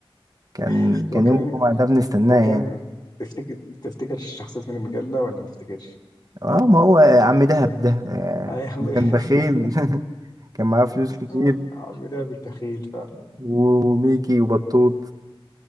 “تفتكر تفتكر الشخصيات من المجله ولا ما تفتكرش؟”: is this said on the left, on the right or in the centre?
Left